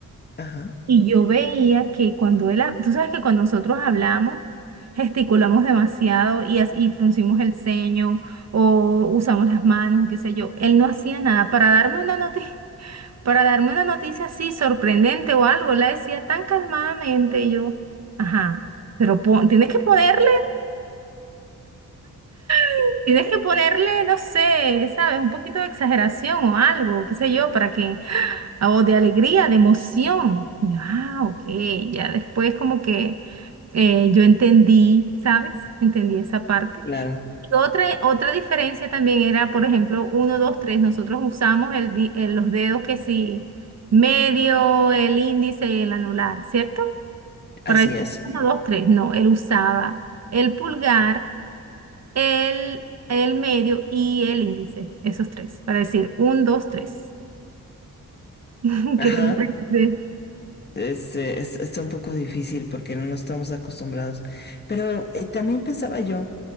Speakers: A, on the left; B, on the right.
A: ajá,
B: y yo veía que cuando él, ha- tú sabes que cuando nosotros hablamos, gesticulamos demasiado y, as- y fruncimos el ceño o usamos las manos, qué sé yo. Él no hacía nada para darme una noticia. para darme una noticia así sorprendente o algo, la decía tan calmadamente y yo, ajá, pero pon- tienes que ponerle, <laughs> tienes que ponerle, no sé, ¿sabes? Un poquito de exageración o algo, qué sé yo, para que, o de alegría, de emoción. Y yo, ah, ok, ya después como que eh, yo entendí, ¿sabes? Entendí esa parte.
A: claro,
B: Otra, otra diferencia también era, por ejemplo, uno 2 tres Nosotros usamos el, di- el- los dedos que sí, medio, el índice y el anular, ¿cierto?
A: así
B: Por ahí,
A: es,
B: uno 2 tres No, él usaba el pulgar, el, el medio y el índice, esos tres, para decir 1, dos tres <laughs>
A: ajá.
B: ¿Qué te parece?
A: Este, es- está un poco difícil porque no nos estamos acostumbrados. Pero eh, también pensaba yo